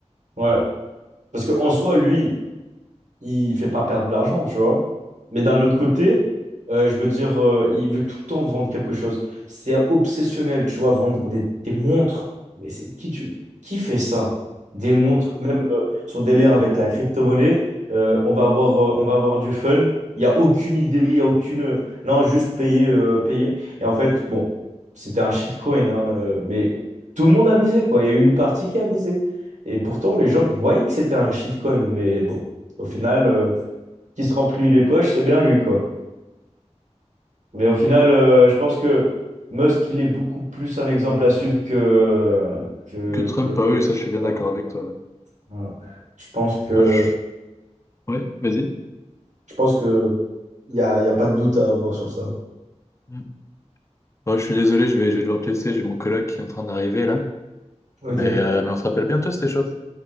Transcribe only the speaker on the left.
Que Trump,
ah oui, ça,
je suis bien
d'accord avec toi. Ouais,
Moi, je... ouais, vas-y.
Mm. Moi, je suis désolé, je vais, je vais devoir te laisser, j'ai mon coloc qui est en train d'arriver, là.
Mais, euh, mais on se rappelle bientôt, c'était chaud.